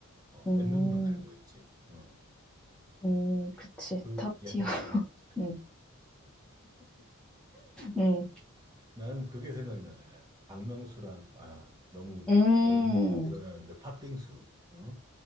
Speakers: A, on the right; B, in the centre.
A: 어,
B: 음.
A: 몇몇만 알고 있지. 어,
B: 음, 그치.
A: 그
B: 탑티어.
A: 약간
B: <laughs>
A: 음.
B: 응. 응.
A: 나는 그게 생각나네. 박명수랑, 아, 너무
B: 음.
A: 연륜이 드러나는데, 팥빙수. 응?